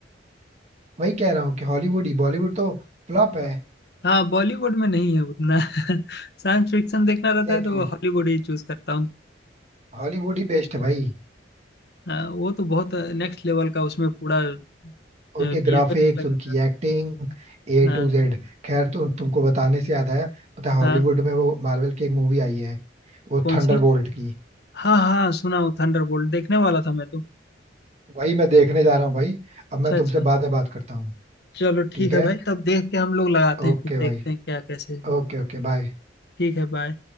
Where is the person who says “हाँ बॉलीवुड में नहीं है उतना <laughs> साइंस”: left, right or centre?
Left